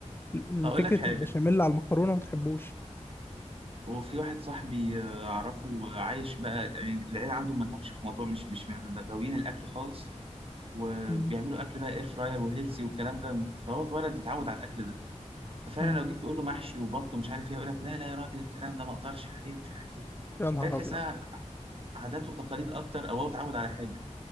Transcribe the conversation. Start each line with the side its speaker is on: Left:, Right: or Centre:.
Left: ال-
Right: <laughs> اقول
Left: فكره
Right: لك حاجه
Left: البشاميل على المكرونه ما بتحبوش
Right: وفي واحد صاحبي آه، اعرفه عايش بقى يعني العيله عنده ما لهمش في موضوع مش مش من غاويين الاكل خالص وبيعملوا
Left: مم.
Right: اكل بقى اير فراير وهيلسي والكلام ده فهو اتولد اتعود على الاكل ده ففعلا
Left: مم.
Right: لو جيت تقول له محشي وبط ومش عارف ايه يقول لك لا لا يا راجل الكلام ده ما اقدرش عليه ومش عارف ايه
Left: يا نهار
Right: فهي تحسها
Left: ابيض
Right: عادات وتقاليد اكتر او هو اتعود على حاجه